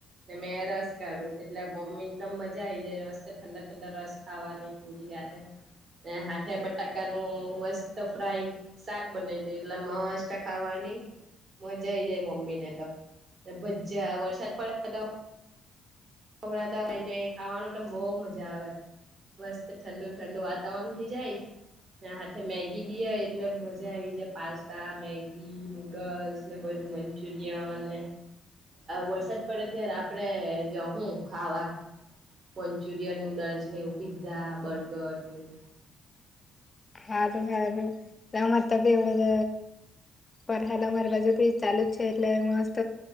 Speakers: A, on the right; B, on the left.
A: ને મેં રસ કાઢું એટલે મમ્મી એકદમ મજા આઈ જાય મસ્તે ઠંડા ઠંડા રસ ખાવાની પૂરી સાથે <unintelligible> છે, બટાકા નું મસ્ત ફ્રાય શાક બનાવી દે એટલે મસ્ત ખાવાની મજા આઈ જાય મમ્મી ને તો ભજા વરસાદ પડે તો ભમણાતા હોય ને ખાવાનું તો બઉ મજા આવે. મસ્ત ઠંડુ ઠંડુ વાતાવરણ થઇ જાય. હાથે મેગી બી હ એટલે મજા આવી જાય પાસ્તા મેગી નૂડલ્સ ને બધુ મંચુરિયન ને વરસાદ પડે ત્યારે આપડે જહું ખાવા મંચુરિયન, નૂડલ્સ ને એવું પિઝઝા, બર્ગર ને એવું.
B: હા, હાું એમત ભી એવડદ વરહાદ અમારી બાજુ ભી ચાલુ જ છે, એટલે મસ્ત